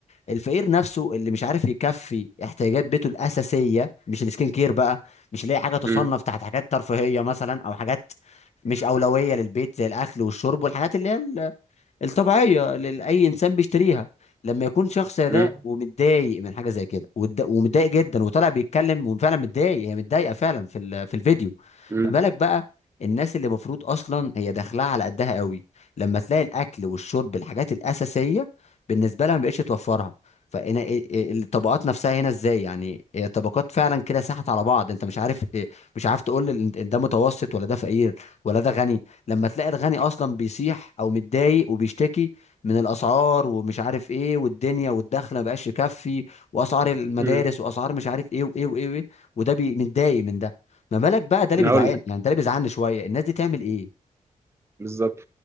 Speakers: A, on the left; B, on the right.
A: الفقير نفسه اللي مش عارف يكفي احتياجات بيته الاساسيه مش السكين كير بقى مش اللي هي حاجه تصنف
B: امم
A: تحت حاجات ترفيهيه مثلا او حاجات مش اولويه للبيت زي الاكل والشرب والحاجات اللي هي الطبيعية اللي أي إنسان بيشتريها لما يكون شخص ده
B: امم
A: ومتضايق من حاجة زي كده ومتض- ومتضايق جدا وطالع بيتكلم وفعلا متضايق هي متضايقة فعلا في ال- في الفيديو
B: امم
A: ما بالك بقى الناس اللي المفروض أصلا هي داخلها على قدها قوي لما تلاقي الأكل والشرب الحاجات الأساسية بالنسبة لها ما بقتش توفرها فهنا إيه- إيه الطبقات نفسها هنا ازاي يعني هي الطبقات فعلا كده ساحت على بعض انت مش عارف إيه- مش عارف تقول ال- ده متوسط ولا ده فقير ولا ده غني لما تلاقي الغني اصلا بيسيح او متضايق وبيشتكي من الاسعار ومش عارف ايه والدنيا والدخل ما بقاش يكفي واسعار المدارس
B: امم
A: واسعار مش عارف ايه وايه وايه, وإيه وده بي متضايق من ده ما بالك بقى ده اللي
B: انا
A: بيزعل
B: هقول لك
A: يعني ده اللي بيزعلني شويه الناس دي تعمل ايه
B: بالظبط